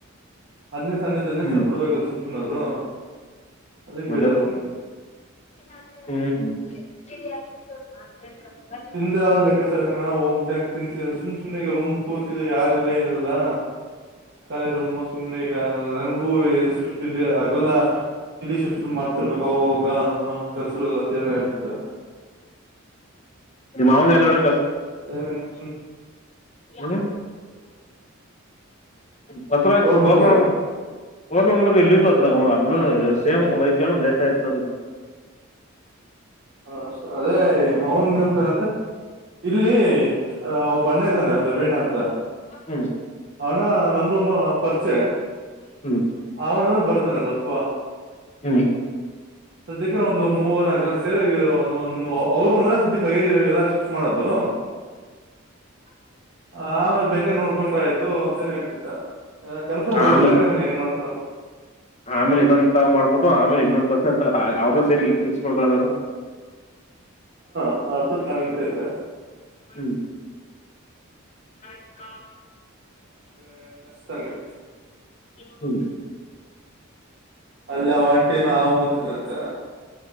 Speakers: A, on the right; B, on the left.
A: ಹದನೇ ಸಜೆದಿನೇ್
B: ಹ್ಮ್
A: ಸರ್ ಕೊಡ್ಬೇಕ ಅ ಸು್ ಸು್ನ ಹ ಅದಕ್ಕೆ ಬೇಜಾರ
B: ಅದೇ
A: ಅವನಗೆ
B: ಹ್ಮ್
A: ್ರ್ ಲೆಕ್ಕಚಾರ ಹಾಕಣ ಹೋಗಬ ತಿನ್ಸ ಸುಮ್ ಸುಮನೆ ಈ ರೂ್ ಪೂರ್ತಿಿದ ಯಾರಿಲ್ಲಾ ಏನರಲ್ಲಾ ಕಳಿರು ಮೋ ಸುಮ್ನೆ ಈಗ ನನಗೂ ಶಿಫ್ಟ್ ಇಲ್ಲಿ ಆಗ್ರಲ್ಲ ಇಲ್ಲಿ ಶುಫ್ಟ ಮಾಡ್ತಿರ್ಬೇಕು ಅ ಆಗ ಹ ಕೆಲ್ಸಗಳೆಲ್ಲ ಅಂತ ಹೇಳ್ತಿದ್ದ
B: ನಿಮ್ಮ ಮಾವಂಗ ಎಲ್ಲಿ ಹೇಳು
A: ಹನು
B: ಹ್ಮ ಪತ್ರತ್ತು
A: ಕೋರ್ಮಂಗ್ಲ
B: ಕರ್ಮ
A: ಸೈಡು
B: ಹೋದ ಮಂಗ್ಳ ಇಲ್ಲಿಂದ ಹತ್ರ ಅ ಸೇಮ್ ದಸ ಆಯತದದು ಹಾಯ್
A: ಹ ಅಷ್ಟ ಅದೇ ಅವನು ನೆನ್ಪ್ಲ ನಂದ ಇಲ್ಲಿ ಅವ ಬಣ್ಣ ಇದ್ದಾನೆ ರವೀಣ ಅಂತ
B: ಹ್ಮ್
A: ಅವಣ ನಮ್ರಮ್ಮ ಪರಿಚಯ
B: ಹ್ಮ್
A: ಅವನನು ಬರ್ತಾನೆ ಸ್ವಪ್ಪಪ
B: ಹ್ಮ್
A: ಸದ್ಯಕ್ಕೆ ಒಂದು ಮೂವರು ಜನ ಸೇರಿ ಒ ಅವರು ಮೇ ಸದ್ಯ ಪೇಜಿ ಎಲ್ಲ ಶಿಫ್ಟ್ ಮಾಡದ ದು
B: ಚೆಕ್
A: ಆ ಆಮೇ್ ಬೇಕಾ ನೋಡ್ಕೊಂಡ್ರ ಆಯ್ತು ಅಂತೇ ಹೇಳ್ತಿದ್ದ ಕನ್ಫರ್ಮ್
B: ಆಮೇ
A: ಗೊತ್ತಿಲ್ಲ ಕಣನ್ ಏನ್ ಮಾಡ್ತಾನ
B: ಆಮೇಲೆ ಇನ್ನೊಂದ ಮಾಡ್ಬಿಟ್ಟು ಆಮೇಲೆ ಇನ್ನೊಂದ್ ಅವ್ರರು ಸೇರಿರ್ ಕಸ್ಪಕಾದರ
A: ಹ ಅದ ನಾ ನಡತಯತೆಾ
B: ಹ್ಮ್ ಬ್ಯಾಕಾ
A: ಹನಗ ಇನ್ನಿಸತಂಗೆ
B: ಹ್ಮ್
A: ಅಲ್ಲ ಒಂಟನು ಹಾವು ಅಂತಲಂತ